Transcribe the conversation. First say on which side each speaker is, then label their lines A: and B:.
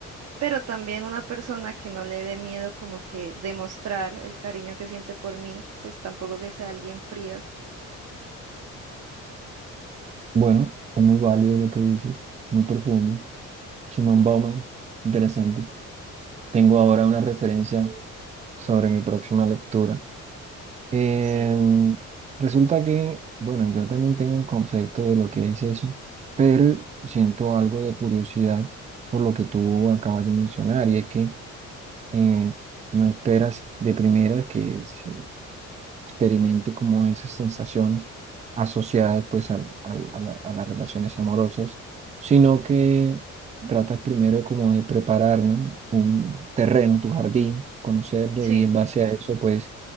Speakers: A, on the right; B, on the right.
A: pero también una persona que no le dé miedo como que demostrar el cariño que siente por mí, pues tampoco que sea alguien frío.
B: Bueno, es muy válido lo que dices, muy profundo. Simón Bauman, interesante. Tengo ahora una referencia sobre mi próxima lectura. Em,
A: Sí,
B: resulta que, bueno, yo también tengo un concepto de lo que es eso, pero siento algo de curiosidad por lo que tú acabas de mencionar, y es que eh, no esperas de primera que se experimente como esas sensaciones asociadas pues al- al- a, la- a las relaciones amorosas, sino que tratas primero como de preparar, ¿no? un terreno, tu jardín, conocerlo
A: sí.
B: y en base a eso pues,